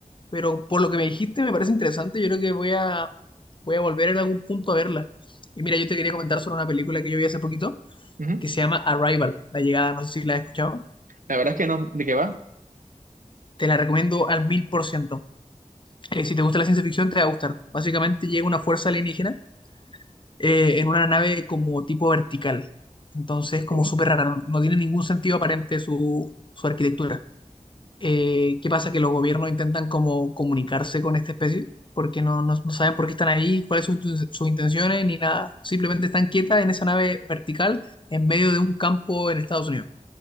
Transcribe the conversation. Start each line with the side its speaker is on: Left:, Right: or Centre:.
Left: pero por lo que me dijiste me parece interesante, yo creo que voy a, voy a volver en algún punto a verla. Y mira, yo te quería comentar sobre una película que yo vi hace poquito,
Right: Ujú.
Left: que se llama Arrival, La Llegada, no sé si la has escuchado,
Right: La verdad es que no, ¿de qué va?
Left: te la recomiendo al mil por ciento. Eh, si te gusta la ciencia ficción, te va a gustar. Básicamente llega una fuerza alienígena eh, en una nave como tipo vertical. Entonces,
Right: Ok.
Left: como súper rara, no, no tiene ningún sentido aparente su, su arquitectura. Eh, ¿qué pasa? Que los gobiernos intentan como comunicarse con esta especie, porque no, no- no saben por qué están ahí, cuáles son sus sus intenciones, ni nada. Simplemente están quietas en esa nave vertical en medio de un campo en Estados Unidos.